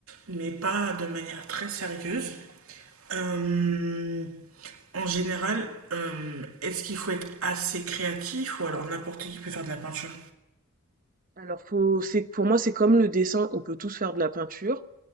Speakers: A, on the right (about 75°); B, on the right (about 40°).
A: mais pas de manière très sérieuse. Euh, en général, euh, est-ce qu'il faut être assez créatif ou alors n'importe qui peut faire de la peinture?
B: Alors, faut, c'est, pour moi, c'est comme le dessin, on peut tous faire de la peinture,